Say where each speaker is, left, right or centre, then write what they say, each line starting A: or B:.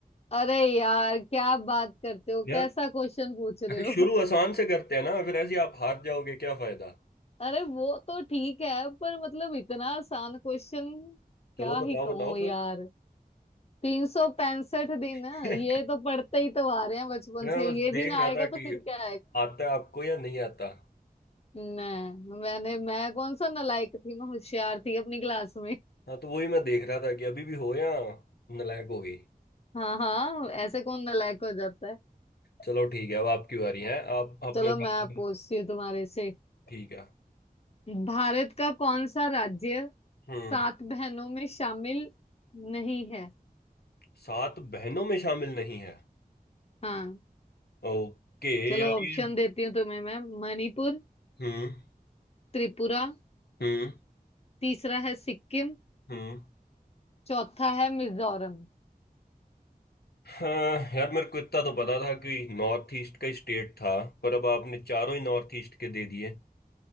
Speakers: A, on the left; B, on the left.
A: अरे यार क्या बात करते हो
B: यार
A: कैसा क्वेश्चन पूछ रहे
B: अरे
A: हो
B: शुरू आसान से करते हैं ना फिर ऐसे ही आप हार जाओगे क्या फायदा
A: अरे वो तो ठीक है पर मतलब इतना आसान क्वेश्चन
B: चलो
A: क्या
B: बताओ
A: ही कहूँ
B: बताओ
A: यार
B: फिर
A: तीन सौ पैंसठ दिन
B: <laughs>
A: ये तो पढ़ते ही तो आ रहे हैं बचपन
B: मैं
A: से
B: बस
A: ये
B: देख
A: भी ना
B: रहा
A: आएगा
B: था
A: तो
B: कि
A: फिर क्या
B: आता है आपको या नहीं आता
A: नहीं मैंने मैं कौन सा नालायक थी मैं होशियार थी अपनी क्लास में
B: हाँ तो वही मैं देख रहा था कि अभी भी हो या नालायक हो गई
A: हाँ हाँ ऐसे कौन नालायक हो जाता है
B: चलो ठीक है अब आपकी बारी है आप अपने
A: चलो
B: हिसाब
A: मैं
B: से
A: अब पूछती हूँ तुम्हारे से
B: ठीक है
A: भारत का कौन सा राज्य
B: हम्म
A: सात बहनों में शामिल नहीं है
B: सात बहनों में शामिल नहीं है
A: हाँ
B: ओके
A: चलो
B: यार
A: ऑप्शन
B: ये
A: देती हूँ तुम्हें मैं मणिपुर
B: हम्म
A: त्रिपुरा
B: हम्म
A: तीसरा है सिक्किम
B: हम्म
A: चौथा है मिजोरम
B: हाँ यार मेरे को इतना तो पता था कि नॉर्थ ईस्ट का स्टेट था पर अब आपने चारों ही नॉर्थ ईस्ट के दे दिए